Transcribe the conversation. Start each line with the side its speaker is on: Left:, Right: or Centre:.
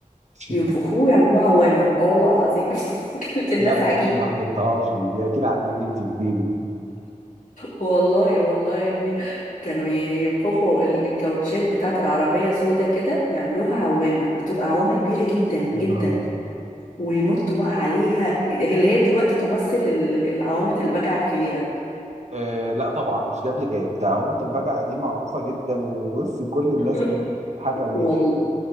Right: <laughs>
Left: ينفخوه ويعملوه عوامه اه والله العظيم <laughs> كانت الناس
Right: لا
Left: عجيبه
Right: دي ما حضرتهاش دي دي اكيد عندك انت في جيبك دي
Left: والله والله يا ابني كانوا ي- ينفخوا ال- الكاوتشات بتاعت العربية سودا كده يعملوها عوامة بتبقى عوامة كبيرة جدا جدا
Right: يا نهار أبيض
Left: وينطوا بقى عليها اللي هي دلوقتي تمثل ال- العوامة البجعة الكبيرة
Right: آه لا طبعا مش جاب لي جاب ده عوامة البجع دي معروفة جدا وبص كل الناس
Left: <laughs>
Right: بتضحك بيها
Left: وال...